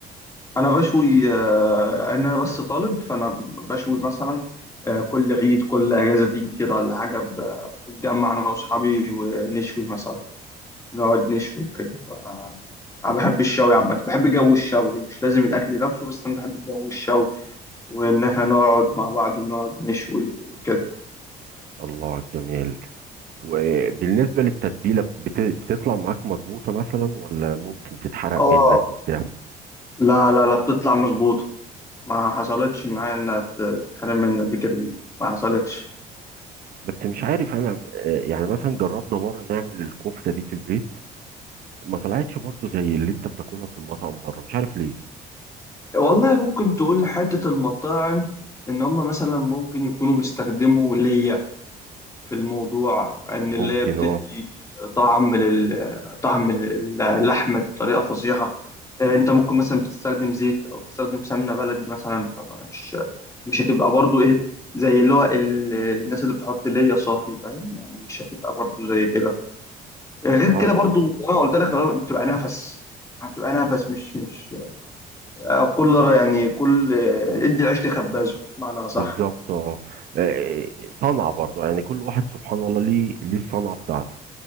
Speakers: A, on the left; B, on the right.
A: انا بشوي آه، ان انا بس طالب فانا بشوي مثلا آه، كل عيد كل اجازه تيجي كده ولا حاجه ب- بتجمع انا واصحابي ونشوي مثلا نقعد نشوي كده ف- انا بحب الشوي عامه بحب جو الشوي مش لازم الاكل نفسه بس انا بحب جو الشوي وان احنا نقعد مع بعض ونقعد نشوي وكده
B: الله على الجمال وبالنسبه للتتبيله بت... بتطلع معاك مظبوطه مثلا ولا ممكن تتحرق
A: اه
B: منك وبتاع
A: لا لا لا بتطلع مظبوطه ما حصلتش معايا انها ت- تتحرم مني قبل كده دي ما حصلتش
B: بس مش عارف انا آه، يعني مثلا جربنا مره نعمل الكفته دي في البيت ما طلعتش برضو زي اللي انت بتاكلها في المطعم بره مش عارف ليه
A: والله ممكن تقول حتة المطاعم إن هم مثلا ممكن يكونوا بيستخدموا ليا في الموضوع إن
B: ممكن
A: الليا بتدي
B: اه
A: طعم لل طعم للحم بطريقة فظيعة آه، أنت ممكن مثلا بتستخدم زيت أو بتستخدم سمنة بلدي مثلا فمش مش هتبقى برضو إيه زي اللي هو ال- الناس اللي بتحط ليا صافي فاهم يعني مش هتبقى برضو زي كده آه، غير
B: اه
A: كده برضو أنا قلت لك بتبقى نفس بتبقى نفس مش مش آه، كل را- يعني كل آه، ادي العيش لخبازه بمعنى صح
B: بالظبط اه آه، صنعة برضو يعني كل واحد سبحان الله ليه ليه الصنعة بتاعته